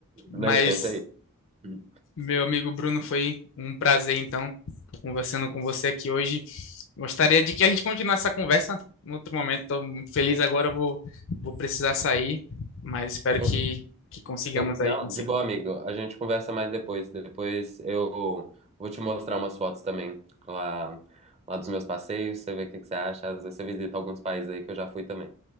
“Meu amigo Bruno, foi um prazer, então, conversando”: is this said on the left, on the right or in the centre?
Left